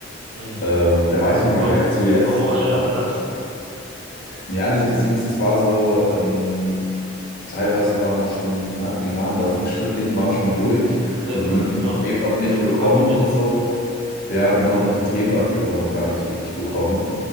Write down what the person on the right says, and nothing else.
mhm.
Wa-
Warum auch lernen,
ne?
Safe.
Und
dann sind noch,
noch
so ein paar mündlichen.